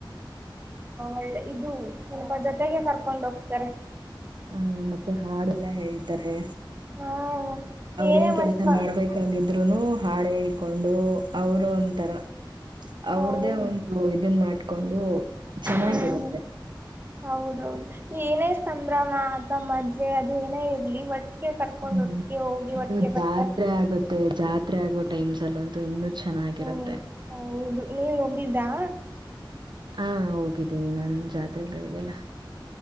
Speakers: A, on the right (about 25°); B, on the right (about 65°).
A: ಒಳ್ಳೆ ಇದು ಸ್ಲ್ಪ ಜೊತೆಗೆ ಕರ್ಕೊಂಡ್ ಹೋಗ್ತಾರೆ
B: ಹ್ಮ್ ಮತ್ ಮತ್ತೆ ಹಾಡೆಲ್ಲಾ ಹೇಳ್ತಾರೆ
A: ಹಾ
B: ಅವ್ರೇನ್
A: ಏನೇ
B: ಕೆಲ್ಸ
A: ಒಂದ್ ಹಾ
B: ಮಾಡ್ಬೇಕ ಅಂತ ಇರುತ್ ಇದ್ರುನು ಹಾಡು ಹೇಳ್ಕೊಂಡು ಅವರು ಒಂತರ ಅವ್ರ್ದೇ
A: ಹೌದು
B: ಒಂದು ಇದನ್ ಮಾಡ ಕೊಂಡು ಚೆನ್ನಾಗಿರುತ್ತೆ
A: ಹ್ಮ್ ಹೌದೌದು ಏನೇ ಸಂಭ್ರಮ ಅಥವಾ ಮದ್ವೆ ಅದು ಏನೇ ಇರಲಿ ವಟ್ ಕರ್ಕೊಂಡು
B: ಹ್ಮ್
A: ಒಟ್ಟಿಗೆ ಹೋಗಿ
B: ಇನ್ನು
A: ಒಟ್ಟಿಗೆೆ ಬರ್ತರೆ
B: ಜಾತ್ರೆ ಆಗುತ್ತೆ ಜಾತ್ರೆ ಆಗೋ ಟೈಮ್ ಅಲ್ಲ ಅಂತೂ ಇನ್ನು ಚೆನ್ನಾಗಿರುತ್ತೆ
A: ಹ್ಮ್ ಹೌದು ನೀವ್ ಹೋಗಿದ್ದಾ
B: ಹ ಹೋಗಿದ್ದ ್ದೇನಿ ನಾನು ಜಾತ್ರೆಗಳಿಗೆಲ್ಲ